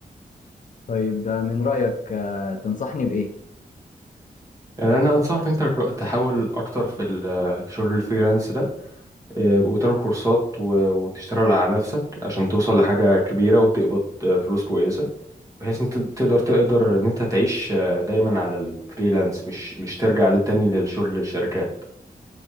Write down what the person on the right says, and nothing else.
يعني أنا أنصحك أنت تحاول أكتر في ال- في شغل الفريلانس ده آه، وتاخد كورسات و- وتشتغل على نفسك عشان توصل لحاجة كبيرة وتقبض آه، فلوس كويسة بحيث انت تقدر تقدر ان انت تعيش آه، دايما على الفريلانس مش مش ترجع للتاني للشغل للشركات